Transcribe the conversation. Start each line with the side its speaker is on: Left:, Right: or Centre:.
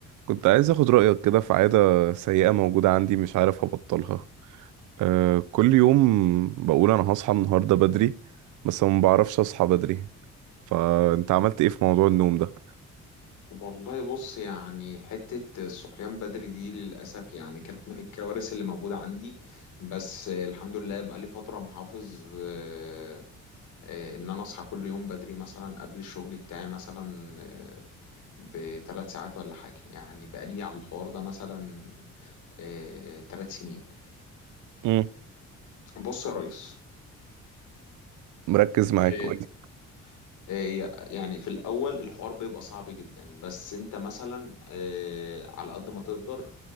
Right: كنت عايز اخد رأيك كده في عادة سيئة موجودة عندي مش عارف ابطلها أه كل يوم بقول انا هصحى النهاردة بدري بس ما بعرفش اصحى بدري فانت عملت ايه في موضوع النوم ده
Left: والله بص يعني حتة الصحيان بدري دي للأسف يعني كانت من الكوارث اللي موجودة عندي بس الحمد لله بقالي فترة محافظ آه، آه، إن أنا أصحى كل يوم بدري مثلا قبل الشغل بتاعي مثلا آه، بثلاث ساعات ولا حاجة يعني بقالي على الحوار ده مثلا آه، ثلاث سنين
Right: امم
Left: بص يا ريس
Right: مركز معاك
Left: آه،
Right: قولي
Left: آه، يعني في الأول الحوار بيبقى صعب جدا بس أنت مثلا آه، على قد ما تقدر